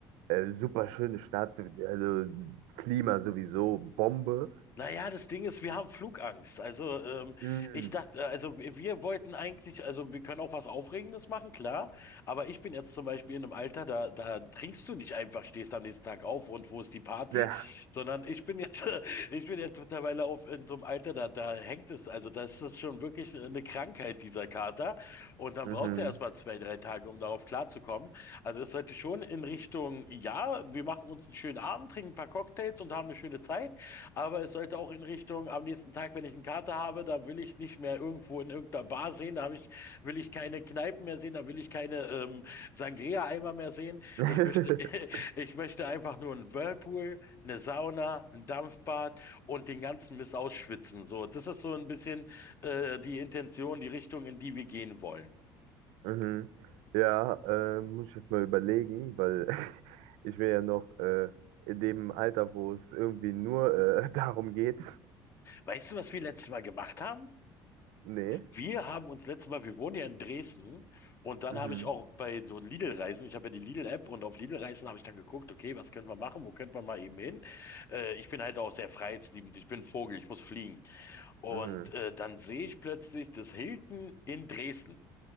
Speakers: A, on the right; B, on the left.
A: Äh, super schöne Stadt, also Klima sowieso, Bombe.
B: Naja, das Ding ist, wir haben Flugangst. Also, ähm,
A: Mm,
B: ich dachte, äh, also wir wir wollten eigentlich, also wir können auch was Aufregendes machen, klar. Aber ich bin jetzt zum Beispiel in einem Alter, da, da trinkst du nicht einfach, stehst am nächsten Tag auf und wo ist die Party,
A: ja.
B: sondern ich bin jetzt, <laughs> äh, ich bin jetzt mittlerweile auf in so einem Alter, da, da hängt es, also das ist das schon wirklich eine Krankheit, dieser Kater. Und dann
A: Mhm.
B: brauchst du erstmal zwei, drei Tage, um darauf klarzukommen. Also es sollte schon in Richtung, ja, wir machen uns einen schönen Abend, trinken ein paar Cocktails und haben eine schöne Zeit. Aber es sollte auch in Richtung, am nächsten Tag, wenn ich einen Kater habe, da will ich nicht mehr irgendwo in irgendeiner Bar sehen, da habe ich, will ich keine Kneipen mehr sehen, da will ich keine ähm, Sangria-Eimer mehr sehen.
A: <laughs>
B: Ich möchte, <laughs> ich möchte einfach nur einen Whirlpool, eine Sauna, ein Dampfbad und den ganzen Mist ausschwitzen. So, das ist so ein bisschen äh, die Intention, die Richtung, in die wir gehen wollen.
A: Mhm. Ja, äh, muss ich jetzt mal überlegen, weil <laughs> ich bin ja noch äh, in dem Alter, wo es irgendwie nur äh, <laughs> darum geht.
B: Weißt du, was wir letztes Mal gemacht haben?
A: Nee.
B: Wir haben uns letztes Mal, wir wohnen ja in Dresden und dann
A: Mhm.
B: habe ich auch bei so Lidl-Reisen, ich habe ja die Lidl-App und auf Lidl-Reisen habe ich dann geguckt, okay, was können wir machen, wo könnte man mal eben hin? Äh, ich bin halt auch sehr freiheitsliebend, ich bin ein Vogel, ich muss fliegen. Und
A: Mhm.
B: äh, dann sehe ich plötzlich das Hilton in Dresden.